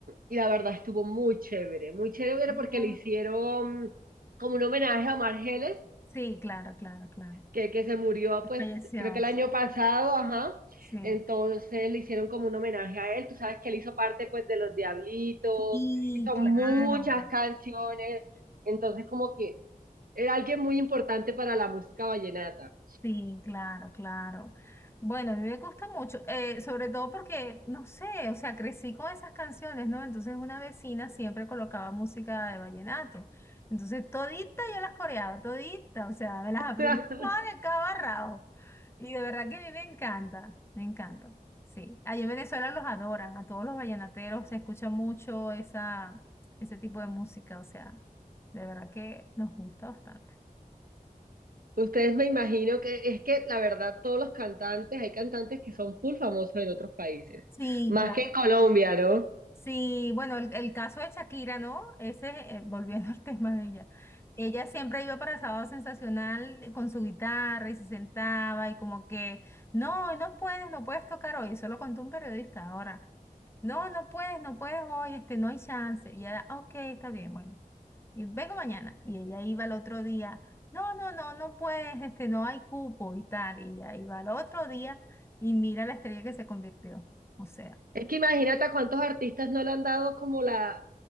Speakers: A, on the right (about 70°); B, on the left (about 15°).
A: y la verdad estuvo muy chévere, muy chévere
B: ajá.
A: porque le hicieron como un homenaje a Omar Geles
B: Sí, claro, claro, claro.
A: que, que se murió, pues
B: Falleció.
A: creo que el año pasado, ajá.
B: Sí,
A: Entonces le hicieron como un homenaje a él. Tú sabes que él hizo parte pues de Los Diablitos,
B: sí,
A: hizo
B: claro.
A: muchas canciones. Entonces como que era alguien muy importante para la música vallenata.
B: Sí, claro, claro. Bueno, a mí me gusta mucho, eh, sobre todo porque, no sé, o sea, crecí con esas canciones, ¿no? Entonces una vecina siempre colocaba música de vallenato. Entonces todita yo las coreaba, todita, o sea, me las aprendí
A: <laughs>
B: <laughs> todas de cabo a rabo. Y de verdad que a mí me encanta, me encanta. Sí, allá en Venezuela los adoran, a todos los vallenateros se escucha mucho esa, ese tipo de música, o sea, de verdad que nos gusta bastante.
A: Ustedes me imagino que es que la verdad todos los cantantes, hay cantantes que son full famosos en otros países,
B: Sí,
A: más
B: claro.
A: que en Colombia, ¿no?
B: Sí, bueno, el, el caso de Shakira, ¿no? Ese, eh, volviendo <laughs> al tema de ella. Ella siempre iba para Sábado Sensacional eh, con su guitarra y se sentaba y como que, no, hoy no puedes, no puedes tocar hoy. Eso lo contó un periodista ahora. No, no puedes, no puedes hoy, este, no hay chance. Y ella, ok, está bien, bueno. Y vengo mañana. Y ella iba al otro día. No, no, no, no puedes, este, no hay cupo y tal. Y ella iba al otro día y mira la estrella que se convirtió. O sea,
A: Es que imagínate a cuántos artistas no le han dado como la